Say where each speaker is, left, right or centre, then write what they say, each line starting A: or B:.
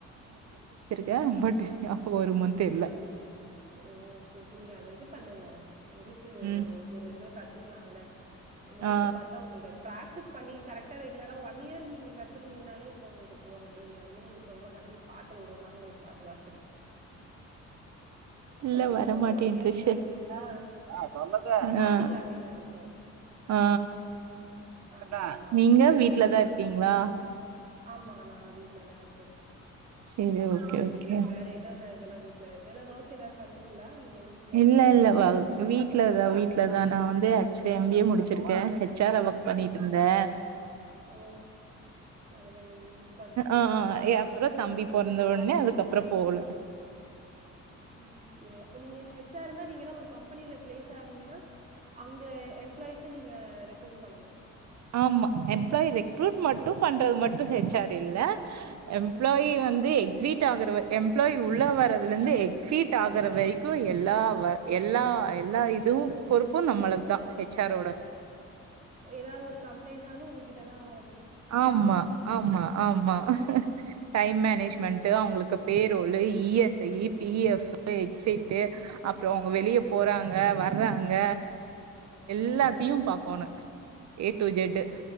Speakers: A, on the right; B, on the right.
A: யா பட் ஞாபகோ வருமா தெர்ல
B: ஓகே ஓகே நீங்க அத இது பண்ணுங்க எதுக்கு
A: ம்.
B: ஒரு இத கத்துக்கலால நோட்ஸ
A: ஆ
B: பாத்தா ஒங்ளுக்கு அது பிராக்டிஸ் பண்ணி கரெக்டா ரெகுலராக ஒன் இயர் நீங்க கத்துருந்தீங்கனாலே இப்போ ஒங்களுக்கு போது இப்ப நீங்க வந்து நீங்க சொல்ற மா திரி பாட்டு ஒரு ஒரு நாளு ஒரு பாட்டு வாஸ்
A: இல்ல
B: கண்டிப்பா
A: வரமாட்டேன்ருச்சு.
B: ஒரு ஒன் இயர் போயிருந்தீங்கன்னா
A: ஆ சொல்லுங்க.
B: ஃபர்ஸ்ட் ஸ்டார்டிங்ல
A: ஆ
B: அப்டிதா இருக்கு
A: ஆ
B: ஆமா
A: ஆ. நீங்க வீட்ல
B: அ போ
A: தான் இருக்கீங்களா?
B: ஆமா நா ஆ வீட்ல தா இருக்கே
A: சரி ஓகே
B: வேற
A: ஓகே.
B: நீங்க வேற என்னென்ன இதெல்லா வீட்ல வேற எதா ஒர்க் எதாது பண்றீங்களா நீங்க வீட்ல
A: இல்ல
B: உங்க
A: இல்ல
B: டைம்ல?
A: வா வீட்லதா வீட்லதா நா வந்து ஆக்சுவ்லா எம் பிஏ முடிச்சிருக்கே ஹெச் ஆரா ஒர்க்
B: ஓ!
A: பண்ணிட்ருந்தே
B: ஹே ஓ! பரவாயில்லையே! இப்ப அது போகலையா?
A: ஆ ஆ ஏ அப்றோ தம்பி பொறந்த ஒடனே அதுக்கப்றோ போகல
B: ஓகே அப்ப நீங்க ஹெச் ஆர்னா நீங்களா ஒரு கம்பெனில பிளேஸ் ஆனீங்கனா அங்க எம்ப்ளாய்ஸை நீங்க ரெக்ரூட் பண்ணணு
A: ஆமா எம்ப்ளாயி ரெக்ரூட் மட்டு பண்றது மட்டு ஹெச் ஆர் இல்ல எம்ப்ளாயி
B: ம்
A: வந்து எக் ஸீட் ஆகுற வ எம்ப்ளாயி உள்ள வரதுலருந்து எக்ஸ்சீட் ஆகுற வரைக்கு எல்லா வ எல்லா வா எல்லா இதுவு பொறுப்பு நம்மளத்தா ஹெச்சாரோட
B: ஏதாது ஒரு கம்ப்ளைண்ட்னாலு ஒங்ககிட்டதா வ
A: ஆமா ஆமா ஆமா டைம் மேனேஜ்மெண்ட்டு அவுங்களுக்கு பேரோலு இஎஸ்ஐ பிஎஃப் எக்ஸ்சீட்டு அப்றோ அவுங்க வெளிய போறாங்க வர்றாங்க எல்லாத்தியு
B: ஓகே
A: பாக்கோனு ஏ டு இஜட்டு